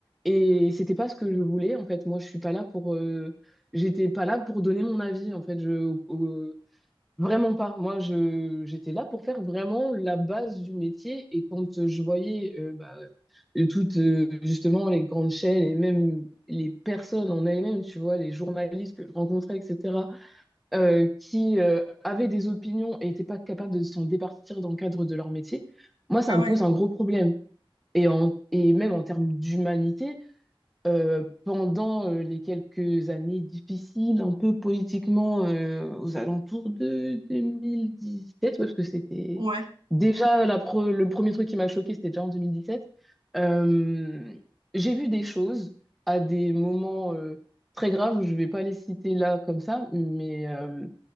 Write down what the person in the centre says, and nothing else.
Et c'était pas ce que je voulais, en fait. Moi, je suis pas là pour. euh, j'étais pas là pour donner mon avis, en fait. Je, euh, vraiment pas. Moi, je, j'étais là pour faire vraiment la base du métier. Et quand je voyais euh, bah, euh, toutes, euh, justement, les grandes chaînes et même les personnes en elles-mêmes, tu vois, les journalistes que je rencontrais, etc euh, qui euh, avaient des opinions et n'étaient pas capables de s'en départir dans le cadre de leur métier, moi, ça
me
pose un gros problème. Et, en- et même en termes d'humanité, euh, pendant euh, les quelques années difficiles, un peu politiquement, euh, aux alentours de 2017, ouais, parce que c'était
déjà la pre- le premier truc qui m'a choqué, c'était déjà en 2017, euh, j'ai vu des choses à des moments euh, très graves, je ne vais pas les citer là comme ça, mais euh,